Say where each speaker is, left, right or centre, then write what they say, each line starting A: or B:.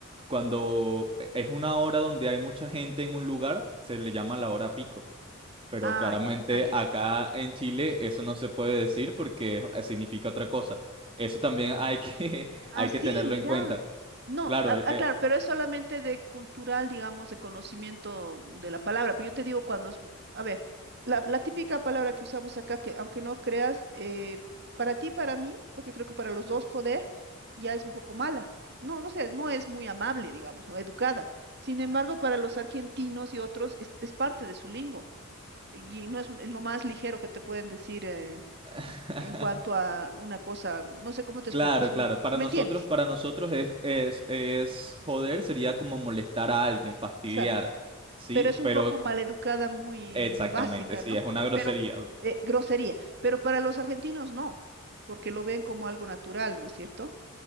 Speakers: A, on the right (about 25°); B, on the right (about 50°).
A: cuando e-, es una hora donde hay mucha gente en un lugar, se le llama la hora pico. Pero
B: Ah,
A: claramente
B: ya, ah, ya.
A: acá en Chile eso no se puede decir porque eh, significa otra cosa. Eso también hay que, <laughs>
B: Ah,
A: hay
B: sí,
A: que tenerlo
B: mira.
A: en cuenta.
B: No,
A: Claro,
B: ah,
A: e-,
B: ah, claro, pero es solamente de cultural, digamos, de conocimiento de la palabra. Pero yo te digo cuando es, a ver, la, la típica palabra que usamos acá, que aunque no creas, eh, para ti, para mí, porque creo que para los dos, joder, ya es un poco mala. No, no sé, no es muy amable, digamos, no educada. Sin embargo, para los argentinos y otros, es, es parte de su lingo. Y no es, un- es lo más ligero que te pueden decir eh,
A: <laughs>
B: en cuanto a una cosa, no sé cómo te
A: Claro,
B: explico, es un,
A: claro. Para
B: ¿me
A: nosotros,
B: entiendes?
A: para nosotros es, es, es joder, sería como molestar a alguien, fastidiar.
B: Exacto.
A: Sí,
B: Pero es un
A: pero
B: poco maleducada, muy,
A: exactamente,
B: muy básica,
A: sí,
B: ¿no?
A: es una grosería.
B: Pero, eh, grosería. Pero para los argentinos no, porque lo ven como algo natural, ¿no es cierto?